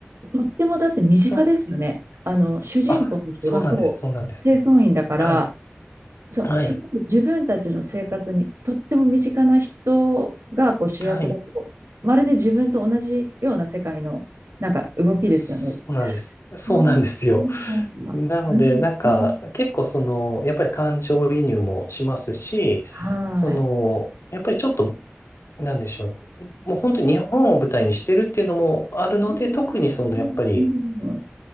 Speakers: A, on the right; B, on the left.
A: とってもだって身近ですよね。
B: あ、
A: あの、主人公の人がそう、
B: あそうなんです、そうなんです。
A: 清掃員だから、
B: はい、
A: そう、
B: はい、
A: すごく自分たちの生活にとっても身近な人がこう主役だと、
B: はい。
A: まるで自分と同じような世界のなんか動きですよね。
B: そうなんです。
A: そう、
B: そうなんですよ。
A: そうなんだ。
B: なので、
A: うん、
B: なんか、
A: うん。
B: 結構その、やっぱり感情移入もしますし、
A: はい。
B: その、やっぱりちょっとなんでしょう。もう本当に日本を舞台にしてるっていうのもあるので、
A: うん、
B: 特にそのやっぱり、
A: うん、うん、うん。